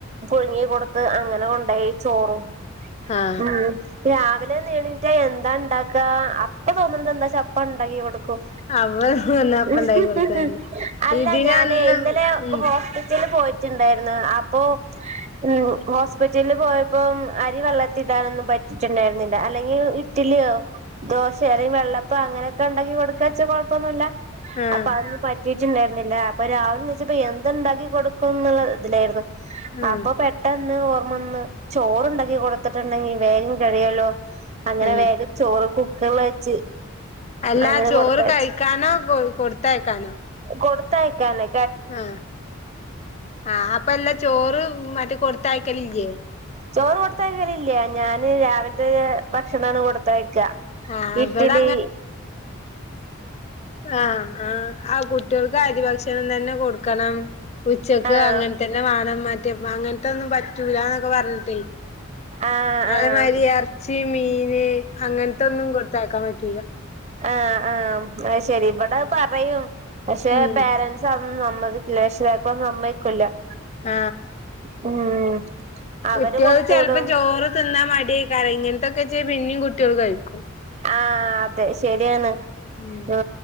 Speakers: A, on the right; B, on the left.
A: പുഴുങ്ങി, കൊടുത്ത്, അങ്ങനെ, കൊണ്ടയി ചോറും,
B: ആഹ്
A: ഉം രാവിലെ, നീ എണീട്ടാ, എന്താണ്ടാക്കാ, അപ്പ, തോന്നണത്, എന്താച്ചപ്പ, ണ്ടാക്കി, കൊടുക്കും.
B: അവ വന്നപ്പ
A: മ്
B: ഇണ്ടാക്കി
A: ഹ്
B: കൊടുക്കാന്ന്
A: ഹ് ഹ്, അല്ല,
B: ഇതിനന്ന്
A: ഞാനേയ്, ഇന്നലെ,
B: ഉം
A: ഹോസ്പിറ്റലിൽ, പോയി ച്ച്, ഇണ്ടേയിരുന്നു, അപ്പോ, മ്, ഹോസ്പിറ്റലിൽ, പോയ ഇപ്പം, അരി, വെള്ളത്തിടാനൊന്നും, പറ്റിട്ടുണ്ടായിരുന്നില്ല, അല്ലെങ്കി, ഇട്ടിലോ, ദോശയോ, അല്ലെങ്കി, വെള്ളപ്പ അപ്പോ, അങ്ങനെയൊക്കെ, ഉണ്ടെങ്കി, കൊടുക്കാച്ച്, കൊഴപ്പൊന്നൂല്ല,
B: ആഹ്
A: അപ്പൊ, അന്ന്, പ ച്ച്ട്ടുണ്ടായിരുന്നില്ല, അപ്പൊ, രാവിലെ, നീച്ചപ്പോ, എന്തുണ്ടാക്കി, കൊടുക്കും, എന്നുള്ള, ഇതിലായിരുന്നു.
B: ഉം
A: അപ്പൊ, പെട്ടന്ന്, ഓർമ്മ, വന്ന്, ചോറുണ്ടാക്കി, കൊടുത്തിട്ടുണ്ടെങ്കി, വേഗം, കഴിയല്ലോ? അങ്ങനെ,
B: ഉം
A: വേഗം ചോറ്, കുക്കറില്, വെച്ച്.
B: അല്ലാ,
A: അങ്ങനെ
B: ചോറ്,
A: കൊടുത്തയച്ചു
B: കഴിക്കാനോ, കൊ കൊടുത്തയക്കാനോ?
A: കൊടുത്തയക്കാലെ
B: ആ ആ അപ ല്ല ചോറ് മറ്റേ കൊടുത്തയക്കൽ ഇല്ലേ
A: ചോറ് കൊടുത്തലല്ല ഞാന് രാവിലത്തെ ഭക്ഷണമാണ് കൊടുത്ത
B: ആഹ്
A: ഇറ്റലി
B: ഇവിടെ ആ ആ ആ കുട്ടികൾക്ക് അരി ഭക്ഷണം തന്നെ കൊടുക്കണം ഉച്ചക്ക്
A: ആഹ്
B: അങ്ങനത്തന്നെ വാണം മാറ്റ് അങ്ങനത്തെ ഒന്നും പറ്റൂലന്നൊക്കെ പറഞ്ഞിട്ടേ-
A: ആഹ് ആഹ്
B: അതേമാരി ഇറച്ചി മീന്- അങ്ങനത്തെൊന്നും കൊടുത്തയക്കാൻ പറ്റൂല
A: ആ ആ അ ശെരി ഇവിടെ പറയും പക്ഷെ
B: ഉം
A: പേരൻറ്സ്- നമ്മതിക്ക ലക്ഷതക്കും സമ്മതിക്കില്ല <unintelligible>
B: ആ
A: ഉം അവര്
B: കുട്ടികൾ
A: കൊടുത്തു
B: ചെിലപ്പം
A: വിടും
B: ചോറ് തിന്നാ മടിയേക്കാരം ഇങ്ങനത്തൊക്കെ ചെയ പിന്നും കുട്ടികൾ കഴിക്കും
A: ആ അതെ ശെര്യാണ്
B: ഉം
A: മ്മ്